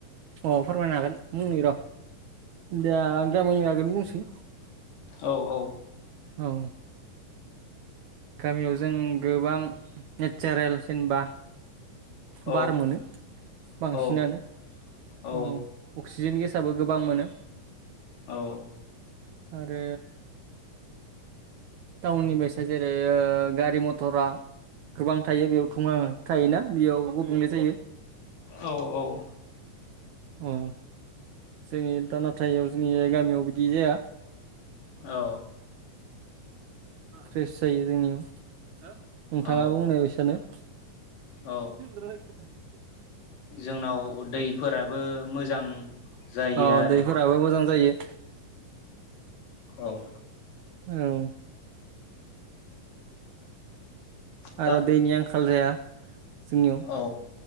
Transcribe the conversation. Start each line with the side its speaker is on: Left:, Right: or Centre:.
Right: अ फोरमायनो हागोन बुंनि र' दा गामिनि बागैनो बुंसैै
Left: औ औ।
Right: औ। गामियाव जों गोबां नेचारेल जेनेबा
Left: औ
Right: बार मोनो बांसिनानो
Left: औ औ
Right: ओ अक्सिजेन गेस साबो गोबां मोनो।
Left: औ।
Right: आरो टाउननि बायसा जेरै गारि मथरा गोबां थायो बेयाव थुङा थायोना बेयाव गुबुंले जायो।
Left: औ औ।
Right: अ, जोंनि दा नाथाय जोंनि गामियाव बिदि जाया।
Left: औ।
Right: फ्रेस जायो जोंनियाव नोंथाङा
Left: औ
Right: बुंनाय बायसानो <unintelligible>
Left: औ जोंनाव दैफोराबो मोजां जायो
Right: अ
Left: आरो।
Right: दैफोराबो मोजां जायो
Left: औ।
Right: औ।
Left: दा
Right: आरो दैनि आंखाल जाया जोंनियाव।
Left: औ